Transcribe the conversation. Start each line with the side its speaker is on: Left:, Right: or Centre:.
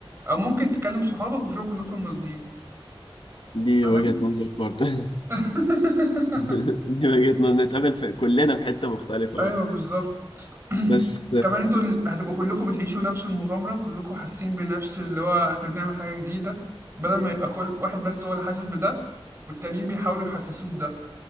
Right: أو ممكن تكلم صحابك وتروحوا كلكم المالديف
Left: دي
Right: فاهم؟
Left: وجهة نظر برضه
Right: <laughs>
Left: <laughs> دي وجهة نظر نتقابل في كلنا في حتة مختلفة
Right: أيوه
Left: بقى
Right: بالظبط
Left: بس
Right: وكمان انتوا ال- هتبقوا كلكم بتعيشوا نفس المغامرة كلكم حاسين بنفس اللي هو احنا بنعمل حاجة جديدة بدل ما يبقى كل واحد بس هو اللي حاسس بده والتانيين بيحاولوا يحسسوه بده